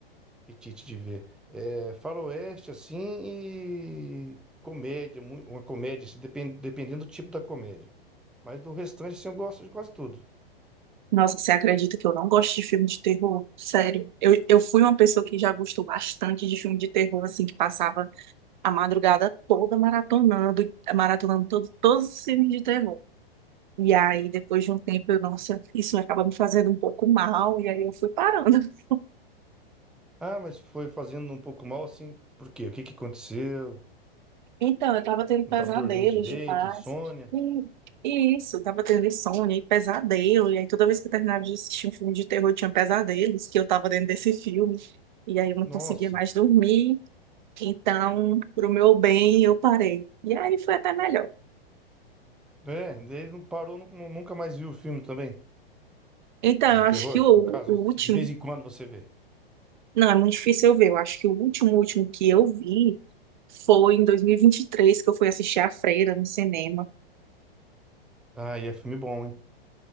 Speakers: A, in the centre; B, on the right.
A: apetite de ver. É faroeste assim e comédia, mu- uma comédia, assim, depen- dependendo do tipo da comédia. Mas do restante, assim, eu gosto de quase tudo.
B: Nossa, você acredita que eu não gosto de filme de terror? Sério. Eu, eu fui uma pessoa que já gostou bastante de filme de terror, assim, que passava a madrugada toda maratonando, maratonando todo, todos os filmes de terror. E aí, depois de um tempo, eu, nossa, isso acaba me fazendo um pouco mal, e aí eu fui parando. <laughs>
A: Ah, mas foi fazendo um pouco mal assim, por quê? O que que aconteceu?
B: Então, eu tava tendo
A: Não
B: pesadelos
A: estava dormindo direito,
B: demais.
A: insônia.
B: E, e isso, eu tava tendo insônia e pesadelo. E aí, toda vez que eu terminava de assistir um filme de terror, eu tinha pesadelos, que eu tava dentro desse filme. E aí eu não
A: Nossa.
B: conseguia mais dormir. Então, pro meu bem, eu parei. E aí foi até melhor.
A: É, daí não parou, nu- nunca mais viu o filme também.
B: Então,
A: De
B: eu
A: terror,
B: acho que o,
A: no caso,
B: o
A: se
B: último.
A: de vez em quando você vê.
B: Não, é muito difícil eu ver. Eu acho que o último, último que eu vi foi em 2023, que eu fui assistir A Freira no cinema.
A: Ah, e é filme bom, hein?